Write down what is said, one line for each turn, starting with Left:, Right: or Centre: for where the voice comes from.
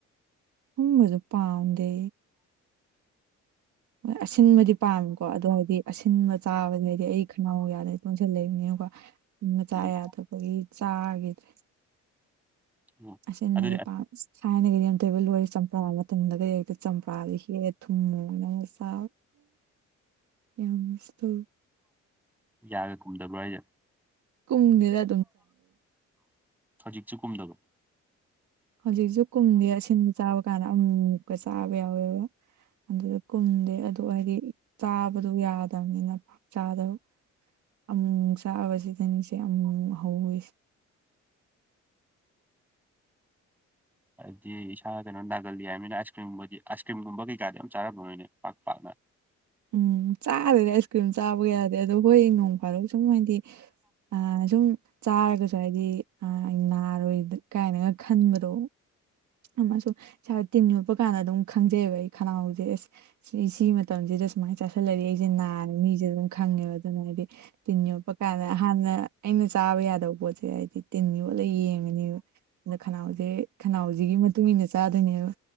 Right: ꯍꯨꯝꯕꯁꯨ ꯄꯥꯝꯗꯦ ꯍꯣꯏ ꯑꯁꯤꯟꯕꯗꯤ ꯄꯥꯝꯃꯤꯀꯣ ꯑꯗꯣ ꯍꯥꯏꯗꯤ ꯑꯁꯤꯟꯕ ꯆꯥꯕꯗ ꯍꯥꯏꯗꯤ ꯑꯩ ꯈꯅꯥꯎ ꯀꯌꯥꯗ ꯇꯣꯡꯁꯤꯜꯂꯛꯏꯕꯅꯤꯅꯀꯣ ꯎ ꯃꯆꯥ
Centre: ꯎꯝ
Right: ꯌꯥꯗꯕꯒꯤ ꯆꯥꯈꯤꯗ꯭ꯔꯦ
Centre: ꯑꯣ
Right: ꯑꯁꯤꯟꯕꯗꯤ
Centre: ꯑꯗꯨꯗꯤ
Right: ꯄꯥꯝ ꯑꯁ ꯊꯥꯏꯅꯒꯗꯤ ꯑꯝꯇ ꯑꯣꯏꯕ ꯂꯣꯏꯔꯦ ꯆꯄ꯭ꯔꯥꯒꯗꯤ ꯇꯨꯝꯗꯒꯩ ꯍꯦꯛꯇ ꯆꯝꯄ꯭ꯔꯥꯁꯦ ꯍꯦꯛꯂ ꯊꯨꯝ ꯃꯣꯔꯣꯛ ꯅꯪ ꯁ ꯌꯥꯝꯁꯇꯨ
Centre: ꯌꯥꯒꯦ ꯀꯨꯝꯗꯧꯕꯖ
Right: ꯀꯨꯝꯅꯤꯔ
Centre: ꯍꯧꯖꯤꯛꯁꯨ ꯀꯨꯝꯗꯕ
Right: ꯍꯧꯖꯤꯛꯁꯨ ꯀꯨꯝꯗꯤ ꯑꯁꯤꯟꯕ ꯆꯥꯕ ꯀꯥꯟꯗ ꯑꯃꯃꯨꯛꯀ ꯆꯥꯕ ꯌꯥꯎꯋꯦꯕ ꯑꯗꯨ ꯀꯨꯝꯗꯦ ꯑꯗꯨ ꯍꯥꯏꯗꯤ ꯆꯥꯕꯗꯨ ꯌꯥꯗꯕꯅꯤꯅ ꯆꯥꯗꯕ ꯑꯃꯨꯛ ꯆꯥꯕꯁꯤꯗꯅꯤꯁꯦ ꯑꯃꯨꯛ ꯍꯧꯋꯤꯁꯦ
Centre: ꯍꯥꯏꯗꯤ ꯏꯁꯥ ꯀꯩꯅꯣ ꯅꯥꯒꯜꯂꯤ ꯍꯥꯏꯕꯅꯤꯅ ꯑꯥꯏꯁ ꯀ꯭ꯔꯤꯝꯒꯨꯝꯕꯗꯤ ꯑꯥꯏꯁ ꯀ꯭ꯔꯤꯝꯒꯨꯝꯕ ꯀꯩꯀꯥꯗꯤ ꯌꯥꯝ ꯆꯥꯔꯝꯃꯔꯣꯏꯅꯦ ꯄꯥꯛ ꯄꯥꯛꯅ
Right: ꯎꯝ ꯆꯥꯔꯦꯗꯤ ꯑꯥꯏꯁ ꯀ꯭ꯔꯤꯝ ꯆꯥꯕꯒꯤ ꯌꯥꯗꯗꯤ ꯑꯗꯣ ꯍꯣꯏ ꯅꯣꯡ ꯐꯥꯗꯣꯛ ꯁꯨꯝ ꯍꯥꯏꯗꯤ ꯑ ꯁꯨꯝ ꯆꯥꯔꯒꯁꯨ ꯍꯥꯏꯗꯤ ꯅꯥꯔꯣꯏꯗ ꯀꯥꯏꯅꯒ ꯈꯟꯕꯗꯣ ꯑꯃꯁꯨ ꯏꯁꯥꯗ ꯇꯤꯟ ꯌꯣꯠꯄ ꯀꯥꯟꯗ ꯑꯗꯨꯝ ꯈꯪꯖꯩꯑꯕ ꯑꯩ ꯈꯅꯥꯎꯁꯦ ꯑꯦꯁ ꯁꯤ ꯃꯇꯝꯁꯤꯗ ꯁꯨꯃꯥꯏꯅ ꯆꯥꯥꯁꯜꯂꯛꯏ ꯑꯩꯁꯦ ꯅꯥꯔꯦ ꯃꯤꯁꯦ ꯑꯗꯨꯝ ꯈꯪꯉꯦꯕ ꯑꯗꯨꯅ ꯍꯥꯏꯗꯤ ꯇꯤꯟ ꯌꯣꯞꯄ ꯀꯥꯟꯗ ꯍꯥꯟꯅ ꯑꯩꯅ ꯆꯥꯕ ꯌꯥꯗꯕ ꯄꯣꯠꯁꯦ ꯍꯥꯏꯗꯤ ꯇꯤꯟ ꯌꯣꯠꯂꯒ ꯌꯦꯡꯉꯅꯦꯕ ꯑꯗ ꯈꯅꯥꯎꯁꯦ ꯈꯅꯥꯎꯁꯤꯒꯤ ꯃꯇꯨꯡ ꯏꯟꯅ ꯆꯥꯗꯣꯏꯅꯦꯕ